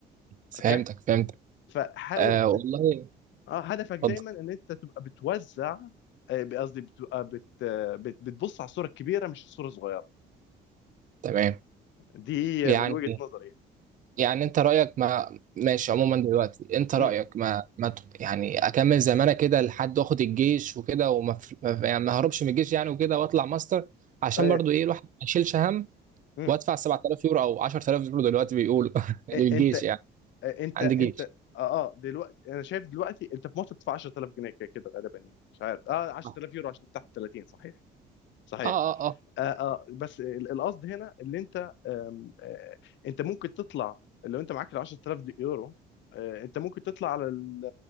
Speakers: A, on the right; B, on the left.
A: فهمتك
B: اوكي
A: فهمتك
B: فحاول
A: آه
B: ت-
A: والله
B: اه هدفك دايما
A: اتفضل
B: ان انت تبقى بتوزع آه، قصدي بتبقى بت... آه، بت... بتبص على الصوره الكبيره مش الصوره الصغيره
A: تمام
B: دي
A: يعني
B: من وجهه نظري يعني
A: يعني انت رأيك ما ماشي عموما دلوقتي انت رأيك
B: امم
A: ما ما ت- يعني اكمل زمانة كده لحد واخد الجيش وكده وما ف- ما ف- يعني ما هربش من الجيش يعني وكده واطلع ماستر عشان
B: آه،
A: برضو ايه الواحد ما يشيلش هم
B: امم
A: وادفع 7000 يورو او 10000 يورو دلوقتي بيقولوا <laughs> للجيش
B: آه، انت
A: يعني
B: آه، انت
A: عندي
B: انت
A: جيش
B: اه اه دلوقتي انا شايف دلوقتي انت في مصر بتدفع 10000 جنيه كده كده غالبا يعني مش عارف اه 10000
A: اه
B: يورو عشان تحت 30 صحيح صحيح
A: اه اه
B: آه آه بس ال- القصد هنا اللي انت آم، آه انت ممكن تطلع لو انت معاك ال 10000 دي- يورو آه انت ممكن تطلع على ال-